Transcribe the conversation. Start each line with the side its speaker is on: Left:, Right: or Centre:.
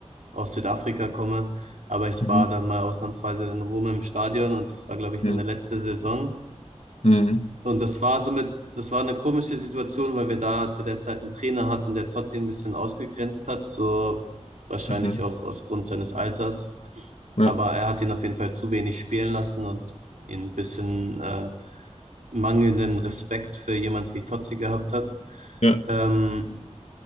Right: aus Südafrika komme. Aber ich
Left: Mhm.
Right: war dann mal ausnahmsweise in Rom im Stadion und das war, glaube ich,
Left: Mhm.
Right: seine letzte Saison.
Left: Mhm.
Right: Und das war somit, das war eine komische Situation, weil wir da zu der Zeit einen Trainer hatten, der Totti ein bisschen ausgegrenzt hat, so wahrscheinlich
Left: Mhm.
Right: auch aus Grund seines Alters.
Left: Ja.
Right: Aber er hat ihn auf jeden Fall zu wenig spielen lassen und ihn ein bisschen äh, mangelnden Respekt für jemand wie Totti gehabt hat.
Left: Ja.
Right: Ähm,